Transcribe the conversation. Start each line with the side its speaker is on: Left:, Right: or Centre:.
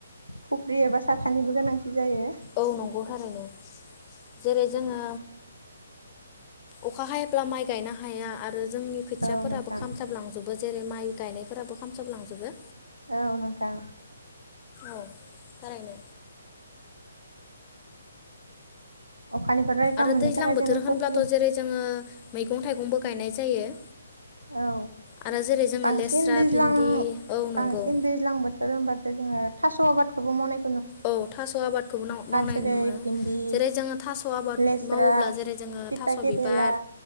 Right: खफ्रि एबा साथानिबो गोनांथि जायो
Left: औ नंगौ थारैनो जेरै जोङो अखा हायाब्ला माइ गायनो हाया आरो जोंनि खोथियाफोराबो
Right: औ नोंथां
Left: खामसाबलांजोबो जेरै माइ गायनायफोराबो खामसाबलांजोबो
Right: औ नोंथां
Left: औ थारैनो
Right: अखानिफ्राय रैखा
Left: आरो
Right: मोननो
Left: दैज्लां
Right: थाखाय
Left: बोथोर
Right: जोंनो
Left: होनब्लाथ'
Right: खफ्रि
Left: जेरै जोङो मैगं थाइगंबो गायनाय जायो।
Right: औ
Left: आरो जेरै जोङो
Right: बांसिन
Left: लेस्रा
Right: दैज्लां
Left: भिन्दि औ नंगौ
Right: बांसिन दैज्लां बो फोर होनबाथाय जोङो थास' आबादखौबो मावनाय
Left: औ थास' आबादखौबो मावनाय
Right: जेरै
Left: नुनो मोनो।
Right: भिन्दि
Left: जेरै जोङो थास' आबाद
Right: लेस्रा
Left: मावोब्ला जेरै जोङो
Right: थिथा
Left: थास'
Right: केरेला
Left: बिबार